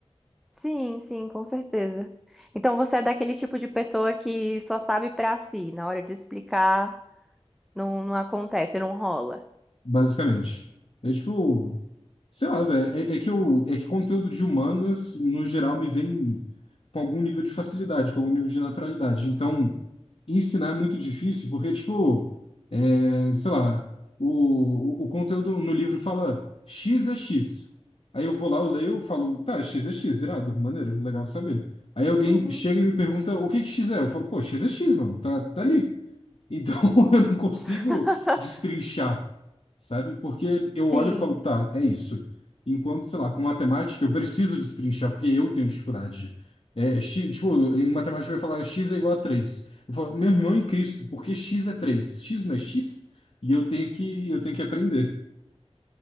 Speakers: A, in the centre; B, on the left.
A: Sim, sim, com certeza. Então você é daquele tipo de pessoa que só sabe para si, na hora de explicar, não, não acontece, não rola.
B: Basicamente. É tipo, sei lá, velho. É, é que eu, é que conteúdo de humanas, no geral, me vem com algum nível de facilidade, com algum nível de naturalidade. Então, ensinar é muito difícil, porque, tipo, é, sei lá, o, o, o conteúdo no livro fala X é X. Aí eu vou lá, eu leio, eu falo, tá, X é X, irado, maneiro, legal saber. Aí alguém
A: Uhum.
B: chega e me pergunta o que que X é? Eu falo, pô, X é X, mano, tá, tá ali. Então <laughs> eu não consigo
A: <laughs>
B: destrinchar, sabe? Porque
A: Sim.
B: eu olho e falo, tá, é isso. Enquanto, sei lá, com matemática eu preciso destrinchar, porque eu tenho dificuldade. É, X, tipo, em matemática vai falar x é igual a três Eu falo, meu irmão é em Cristo, por que x é três X não é x? E eu tenho que, eu tenho que aprender.